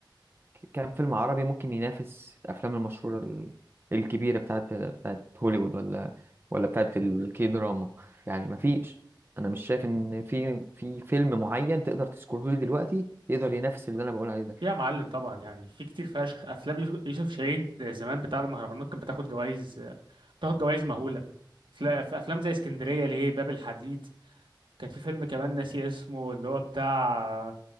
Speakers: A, on the right; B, on the right.
A: كام فيلم عربي ممكن ينافس الافلام المشهوره ال- الكبيره بتاعت بتاعت هوليوود ولا ولا بتاعت الكي دراما يعني ما فيش انا مش شايف ان في في فيلم معين تقدر تذكره لي دلوقتي يقدر ينافس اللي انا بقول عليه ده
B: في يا معلم طبعا يعني في كتير فشخ افلام يوسف يوسف شاهين زمان بتاع المهرجانات كانت بتاخد جوائز بتاخد جوائز مهوله في في افلام زي اسكندريه ليه باب الحديد كان في فيلم كمان ناسي اسمه اللي هو بتاع